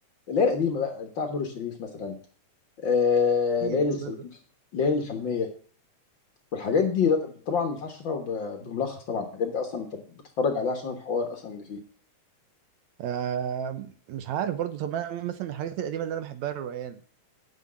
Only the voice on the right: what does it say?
ايه
ده
ده ده
آه مش عارف برضو طب انا مثلا من الحاجات القديمه اللي انا بحبها الريان